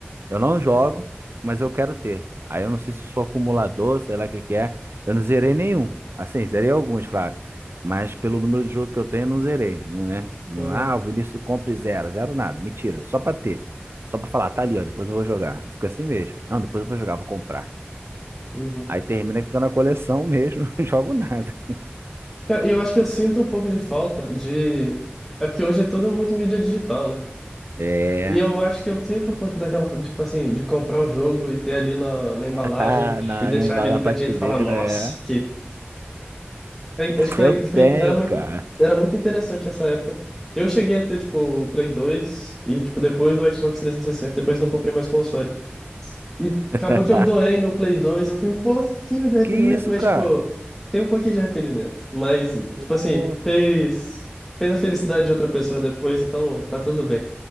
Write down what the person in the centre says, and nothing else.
Aham,
uhum.
Cara, e eu acho que eu sinto um pouco de falta de. É porque hoje é tudo muito mídia digital, né?
E eu acho que eu sinto um pouco daquela, tipo assim, de comprar o jogo e ter ali na, na embalagem
e deixar ali no
cantinho
e falar, nossa,
que. É, acho que Foi,
foi,
era muito,
era muito interessante essa época. Eu cheguei a ter, tipo, o Play 2 e, tipo, depois o Xbox 360, depois não comprei mais console. E
acabou que eu doei meu Play 2, eu tenho um pouquinho de arrependimento,
mas,
tipo, tem um pouquinho de arrependimento. Mas,
tipo assim, fez, fez a felicidade de outra pessoa depois, então tá tudo bem.